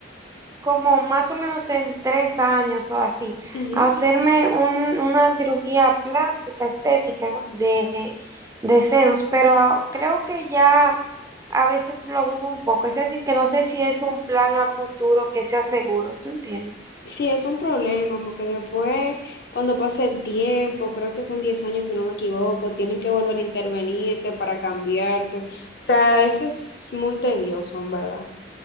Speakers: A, on the right (about 15°); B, on the left (about 55°).
A: como más o menos en tres años o así,
B: Ujú.
A: hacerme un- una cirugía plástica, estética de, de senos, pero a- creo que ya a veces lo dudo un poco, es decir, que no sé si es un plan a futuro que sea seguro, ¿tú entiendes?
B: Sí, es un problema porque después, cuando pase el tiempo, creo que son 10 años si no me equivoco, tienen que volver a intervenirte para cambiarte. O sea, eso es muy tedioso, en verdad.